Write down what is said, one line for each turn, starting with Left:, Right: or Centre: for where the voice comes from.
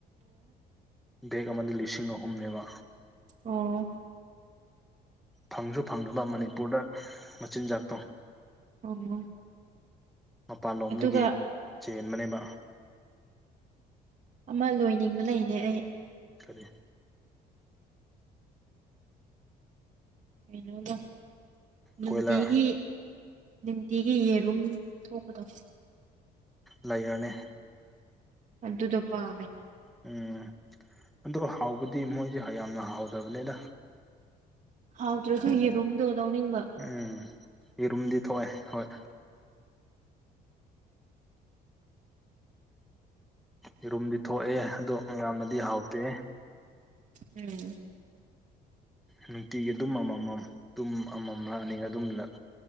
Centre: ꯕꯦꯛ ꯑꯃꯗ ꯂꯤꯁꯤꯡ ꯑꯍꯨꯝꯅꯦꯕ
Right: ꯑꯣ
Centre: ꯐꯪꯖꯨ ꯐꯪꯗꯕ ꯃꯅꯤꯄꯨꯔꯗ ꯃꯆꯤꯟꯖꯥꯛꯇꯣ
Right: ꯑꯣ
Centre: ꯃꯄꯥꯟ ꯂꯣꯝꯗꯒꯤ
Right: ꯑꯗꯨꯒ
Centre: ꯆꯦꯟꯕꯅꯦꯕ
Right: ꯑꯃ ꯂꯣꯏꯅꯤꯡꯕ ꯂꯩꯅꯦ ꯑꯩ
Centre: ꯀꯔꯤ
Right: ꯀꯩꯅꯣꯗꯣ ꯅꯨꯡꯇꯤꯒꯤ
Centre: ꯀꯣꯏꯂꯔ
Right: ꯅꯨꯡꯇꯤꯒꯤ ꯌꯦꯔꯨꯝ ꯊꯣꯛꯄꯗꯣ
Centre: ꯂꯩꯌꯥꯔꯅꯦ
Right: ꯑꯗꯨꯗꯣ ꯄꯥꯝꯃꯦ
Centre: ꯎꯝ ꯑꯗꯣ ꯍꯥꯎꯕꯗꯤ ꯃꯣꯏꯗꯤ ꯍꯥ ꯌꯥꯝꯅ ꯍꯥꯎꯗꯕꯅꯦꯗ
Right: ꯍꯥꯎꯇ꯭ꯔꯖꯨ ꯌꯦꯔꯨꯝꯗꯣ ꯂꯧꯅꯤꯡꯕ
Centre: ꯎꯝ ꯌꯦꯔꯨꯝꯗꯤ ꯊꯣꯑꯦ ꯍꯣꯏ ꯌꯦꯔꯨꯝꯗꯤ ꯊꯣꯑꯦ ꯑꯗꯣ ꯌꯥꯝꯅꯗꯤ ꯍꯥꯎꯇꯦ
Right: ꯎꯝ
Centre: ꯅꯨꯡꯇꯤꯒꯤ ꯑꯗꯨꯝ ꯑꯃꯃꯝ ꯇꯨꯝ ꯑꯃꯝꯂꯥ ꯑꯅꯤꯔ ꯑꯗꯨꯝ ꯂꯛ